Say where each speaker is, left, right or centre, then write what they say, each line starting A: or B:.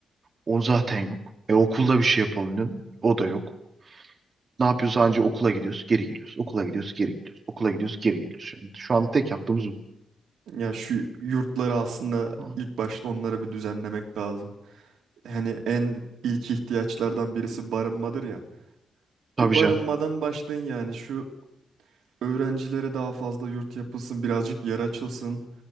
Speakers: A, on the right; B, on the right.
A: on zaten yok. E okulda bir şey yapalım diyorsun. O da yok. Ne yapıyoruz? Anca okula gidiyoruz, geri geliyoruz. Okula gidiyoruz, geri geliyoruz. Okula gidiyoruz, geri geliyoruz. Yani şu anda tek yaptığımız
B: Ya şu yurtları aslında
A: bu.
B: ilk başta onlara bir düzenlemek lazım. Hani en ilk ihtiyaçlardan birisi barınmadır ya.
A: Tabii
B: Bir barınmadan
A: canım.
B: başlayın yani şu öğrencilere daha fazla yurt yapılsın, birazcık yer açılsın.